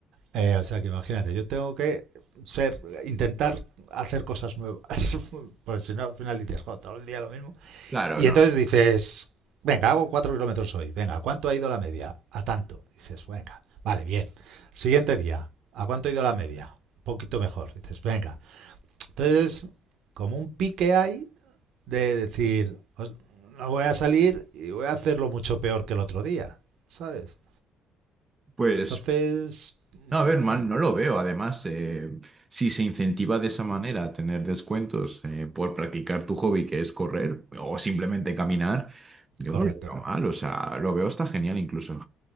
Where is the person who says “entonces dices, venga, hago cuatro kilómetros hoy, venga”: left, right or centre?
Right